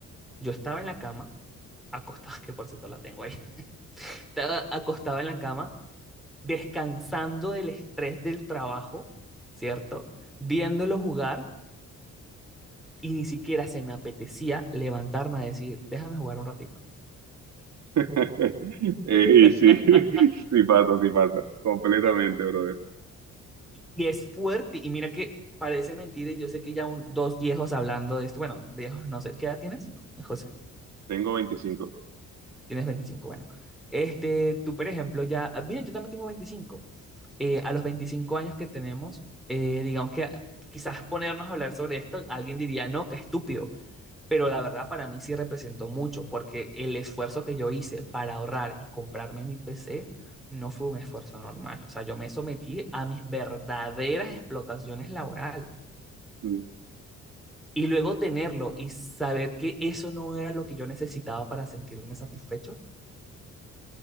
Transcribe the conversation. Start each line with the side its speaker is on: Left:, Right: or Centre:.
Centre: yo estaba en la cama acostada, <laughs> que por cierto la tengo ahí, estaba acostada en la cama, descansando del estrés del trabajo, ¿cierto? Viéndolo jugar y ni siquiera se me apetecía levantarme a decir, déjame jugar un ratico.
Right: <laughs> Eh,
Centre: <laughs>
Right: y sí, <laughs> sí pasa, sí pasa, completamente, brother.
Centre: y es fuerte, y mira que parece mentira, y yo sé que ya un, dos viejos hablando de esto, bueno, viejos, no sé, ¿qué edad tienes, José?
Right: Tengo veinticinco
Centre: Tienes 25, bueno. Este, tú, por ejemplo, ya, mira, yo también tengo 25. eh, a los 25 años que tenemos, eh, digamos que quizás ponernos a hablar sobre esto, alguien diría, no, qué estúpido, pero la verdad para mí sí representó mucho, porque el esfuerzo que yo hice para ahorrar y comprarme mi PC no fue un esfuerzo normal. O sea, yo me sometí a mis verdaderas explotaciones laborales.
Right: Mm,
Centre: Y luego tenerlo y saber que eso no era lo que yo necesitaba para sentirme satisfecho,